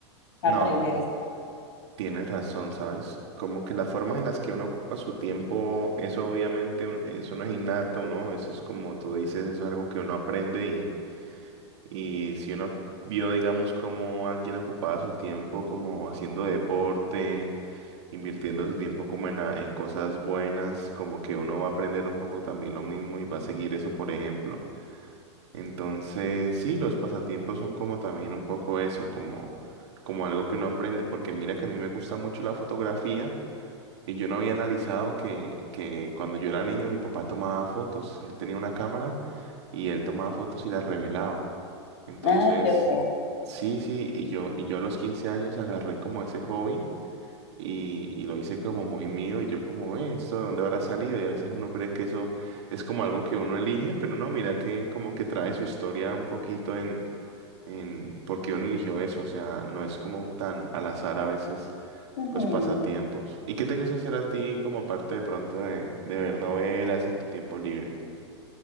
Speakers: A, on the left; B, on the right.
A: aprender
B: No,
A: eso.
B: tienes razón, ¿sabes? Como que las formas en las que uno ocupa su tiempo, eso obviamente, un- eso no es innato, ¿no? Eso es como tú dices, eso es algo que uno aprende Y si uno vio, digamos, cómo alguien ocupaba su tiempo como haciendo deporte, invirtiendo su tiempo como en, a- en cosas buenas, como que uno va a aprender un poco también lo mismo y va a seguir eso, por ejemplo. Entonces, sí, los pasatiempos son como también un poco eso, como, como algo que uno aprende, porque mira que a mí me gusta mucho la fotografía. Y yo no había analizado que, que cuando yo era niño mi papá tomaba fotos. Él tenía una cámara y él tomaba fotos y las revelaba. Entonces,
A: Ay, qué bueno.
B: sí, sí, y yo, y yo a los 15 años agarré como ese hobby y, y lo hice como muy mío y yo como, eh, ¿esto de dónde habrá salido? Y a veces uno cree que eso es como algo que uno elige, pero no, mira que como que trae su historia un poquito en, en por qué uno eligió eso, o sea, no es como tan al azar a veces
A: Ujú.
B: los pasatiempos. ¿Y qué te gusta hacer a ti como parte de pronto de, de ver novelas en tu tiempo libre?